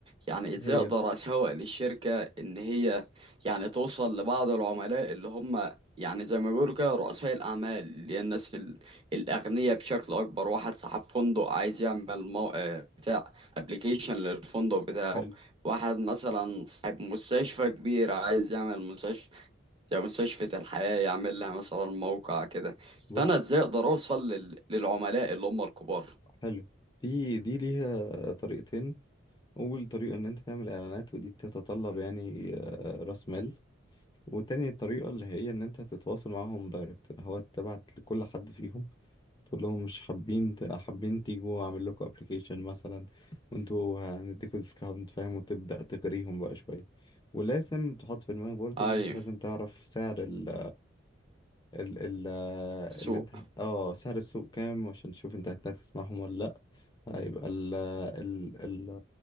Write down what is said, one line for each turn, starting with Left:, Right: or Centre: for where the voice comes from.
Right: يعني ازاي
Left: هي
Right: اقدر اسوق للشركة ان هي يعني توصل لبعض العملاء اللي هم يعني زي ما بيقولوا كده رؤساء الأعمال اللي هي الناس ال- الأغنياء بشكل أكبر واحد صاحب فندق عايز يعمل مو... آه، بتاع ابلكيشن للفندق بتاعه
Left: حلو
Right: واحد مثلا صاحب مستشفى كبير عايز يعمل مستشفى زي مستشفى الحياة يعمل لها مثلا موقع كده
Left: بص
Right: فأنا ازاي أقدر أوصل لل... للعملاء اللي هم الكبار
Left: حلو دي دي ليها طريقتين اول طريقه ان انت تعمل اعلانات ودي بتتطلب يعني آه، راس مال وتاني الطريقه اللي هي ان انت تتواصل معاهم دايركت اللي هو تبعت لكل حد فيهم تقول لهم مش حابين ت- حابين تيجوا اعمل لكم ابلكيشن مثلا وانتوا هنديكوا ديسكاونت فاهم وتبدأ تغريهم بقى شوية ولازم تحط في دماغك برضو
Right: أيوه
Left: ان انت لازم تعرف سعر ال ال ال
Right: السوق
Left: اللي انت اه سعر السوق كام عشان تشوف انت هتنافس معاهم ولا لا هيبقى ال ال ال